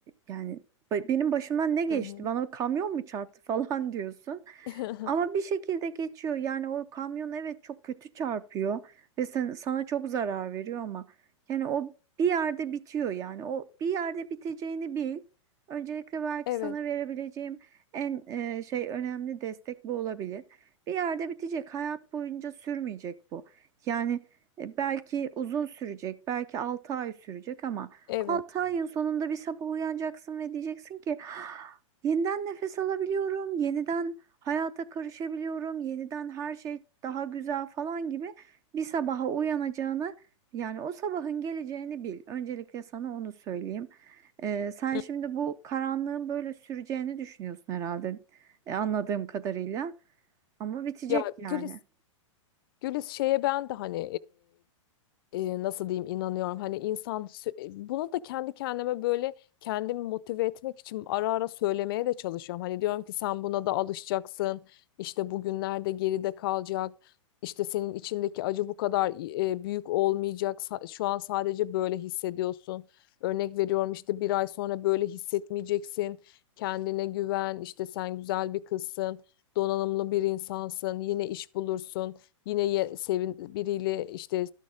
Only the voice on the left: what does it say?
Hı hı.
<laughs>
Evet,
evet.
Hı.
Ya
Gülis Gülis şeye ben de hani e, e, nasıl diyeyim inanıyorum. Hani insan sö- buna da kendi kendime böyle kendimi motive etmek için ara ara söylemeye de çalışıyorum. Hani diyorum ki sen buna da alışacaksın. İşte bugünlerde geride kalacak. İşte senin içindeki acı bu kadar e, büyük olmayacak. Sa- Şu an sadece böyle hissediyorsun. Örnek veriyorum işte bir ay sonra böyle hissetmeyeceksin. Kendine güven. İşte sen güzel bir kızsın. Donanımlı bir insansın. Yine iş bulursun Yine ye- sevin biriyle işte